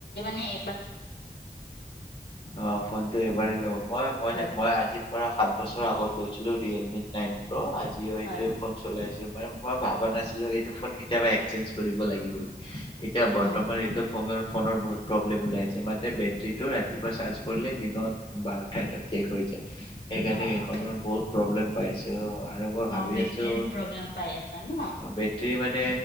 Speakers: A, on the left; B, on the left.
A: নাই,
B: অ' ফোনটো এবাৰে লও মই, মই
A: হয়
B: যে মই আজি পৰা সাত বছৰৰ আগত লৈছিলো ৰিয়েলমি নাইন প্ৰ আজি যি অ সেইটোৱে
A: হয়।
B: ফোন চলাই আছো। মানে মই ভাবা নাছিলো, এইটো ফোন কেতিয়াবা এক্সচেঞ্জ কৰিব লাগিব বুলি এতিয়া বৰ্তমান
A: অ
B: এইটো ফৰ ফোনৰ বহুত প্ৰব্ম ওলাই আছে, তাতে বেটেৰীটো ৰা এবাৰ চাৰ্জ কৰিলে দিনত দুবাৰ এটাত কি কৰিছে সেইকাৰণে
A: অ
B: সেইখনৰ
A: অ
B: বহুত প্ৰব্লেম পাই আছো। ত' আৰু মই ভাবি
A: অ বেটৰীৰ
B: আছো,
A: প্ৰব্লেম পাই আছা ন
B: বেটেৰী মানে